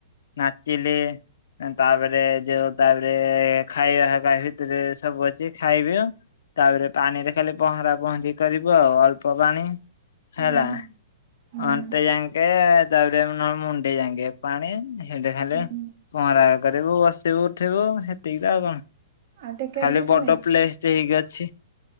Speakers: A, on the left; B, on the right.
A: ନାଚିଲି, ତାପରେ ଯୋଉ ତାପରେ ଖାଇବା ହରିକା ଭିତରେ ସବୁ ଅଛି ଖାଇବି ତାପରେ ପାଣିରେ ଖାଲି ପହଁରା ପହଁରି କରିବ ଆଉ ଅଳ୍ପ ପାଣି।
B: ହୁଁ
A: ହେଲା।
B: ହୁଁ
A: ଅଣ୍ଟେ ଯାଙ୍କେ ତାପରେ ନହଲେ ମୁଣ୍ଡେ ଯାଙ୍କେ ପାଣି ସେଠ ଖାଲି
B: ହୁଁ
A: ପହଁରା କରିବୁ ବସିବୁ ଉଠିବୁ ସେତିକି ତ ଆଉ କଣ।
B: ଆଉ ଟିକେଟ
A: ଖାଲି
B: କେତେ
A: ବଡ
B: ନେଇଛି
A: ପ୍ଲେସ ଟିଏ ହେଇକି ଅଛି।